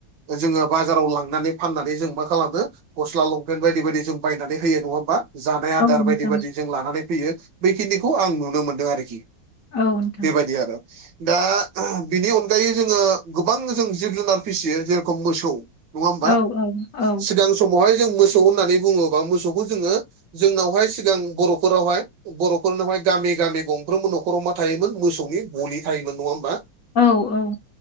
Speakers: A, on the right; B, on the left.
A: जोङो बाजाराव लांनानै फाननानै जों मा खालामो गस्ला लंपेन्ट बायदि बायदि जों बायनानै होयो नङा होमबा? जानाय
B: औ
A: आदार
B: नोंथां
A: बायदि बायदि जों लानानै फैयो बैखिनिखौ आं नुनो मोनदों आरोखि।
B: औ नोंथां
A: बेबदिया आरो। दा बिनि अनगायै जोङो गोबां जों जिब जुनार फिसियो जेरखम मोसौ नङा ओमबा
B: औ औ औ
A: सिगां समावहाय जों मोसौ होननानै बुङोबा मोसौखौ जोङो जोंनावहाय सिगां बर'फोरावहाय बर'फोरनावहाय गामि गामि गंफ्रोमबो न'खराव मा थायोमोन मोसौनि गलि थायोमोन नङा होमबा?
B: औ औ